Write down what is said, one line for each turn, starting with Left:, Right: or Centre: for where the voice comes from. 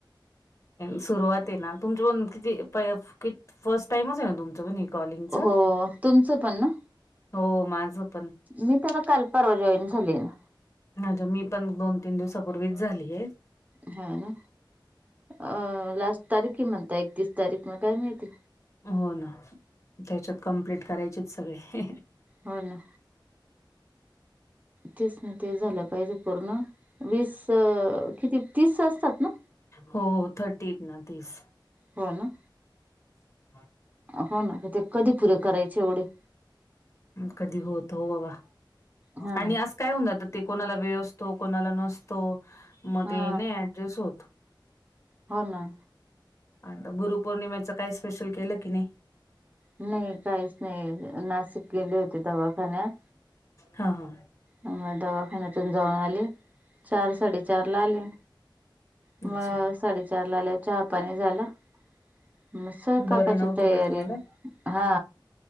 Left: सुरुवात आहे ना तुमच पण किती प की फर्स्ट टाइमच आहे ना तुमचं पण? कॉलिंगच
Right: हो तुमचं पण ना
Left: हो माझं पण.
Right: मी तर आता काल परर्वा जॉईन झाली आहे.
Left: माझं मी पण दोन तीन दिवसापूर्वीच झाली हे.
Right: हा ना, अ लास्ट तारीखे म्हणता, एकतीस तारीख मग काय माहिती.
Left: हो ना, त्याच्यात कंम्प्लीट करायचेत सगळे.
Right: हो ना, तेच ना ते झालं पाहिजे पूर्ण. वीस, किती तीस असतात? ना
Left: हो थर्टी आहेत ना तीस.
Right: हो ना.
Left: <inaudible>
Right: हो ना, मग ते कधी पुरे करायचे एवढे.
Left: कधी होतो बाबा,
Right: हो
Left: आणि
Right: ना
Left: आस काही हुन जातात ते, कोणाला वेळ असतो कोणाला नसतो, मग
Right: हा
Left: ते नाही ऍडजस्ट होत.
Right: हो ना.
Left: आता गुरुपौर्णिमेचं काही स्पेशल केलं की नाही.?
Right: नाही काहीच नाही, नाशिक गेले होते दवाखान्यात.
Left: हा हा.
Right: म दवाखान्यातून जाऊन आले, चार साडेचार ला आले. मग
Left: अच्छा
Right: साडेचार ला आल्यावर चहा पाणी झालं. मग स्वयपाकाची
Left: बरं नव्हतं
Right: तयारी,
Left: का तुम्हाला
Right: हा